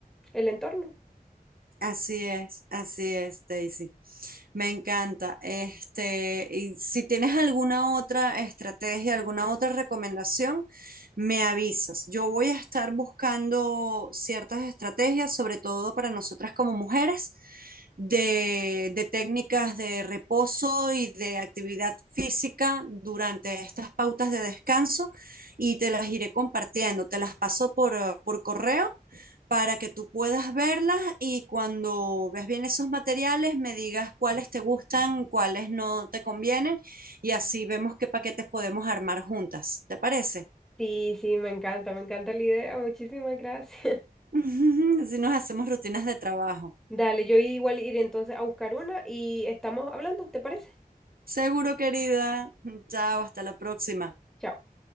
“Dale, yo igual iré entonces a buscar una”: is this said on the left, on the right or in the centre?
Centre